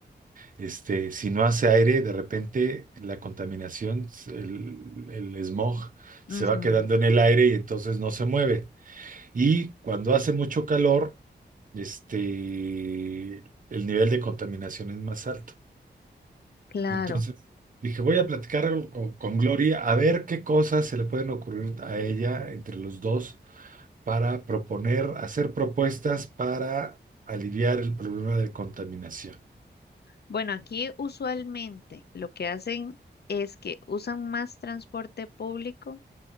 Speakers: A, on the right (about 45°); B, on the left (about 65°).
A: este, si no hace aire, de repente la contaminación, el, el smog, se
B: ujú,
A: va quedando en el aire y entonces no se mueve. Y cuando hace mucho calor, este, el nivel de contaminación es más alto.
B: claro.
A: Entonces, dije, voy a platicar algo co- con, Gloria a ver qué cosas se le pueden ocurrir a ella entre los dos para proponer, hacer propuestas para aliviar el problema de contaminación.
B: Bueno, aquí usualmente lo que hacen es que usan más transporte público,